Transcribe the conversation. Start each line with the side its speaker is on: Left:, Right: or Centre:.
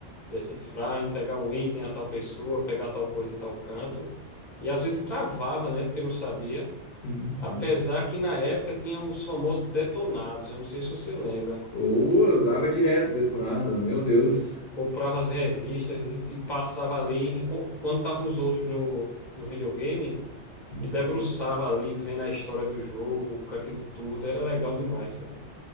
Centre: decifrar, entregar um item a tal pessoa, pegar tal coisa em tal canto. E às vezes travava, né? Porque não sabia.
Left: Uhum.
Centre: Apesar que na época tinha os famosos detonados, eu não sei se você lembra.
Left: Ou eu usava direto detonado, meu Deus.
Centre: Comprava as revistas e, e passava ali, enqu- quando estavam os outros no, no videogame,
Left: Uhum.
Centre: e debruçava ali, vendo a história do jogo, com aquilo tudo. Era legal demais, cara.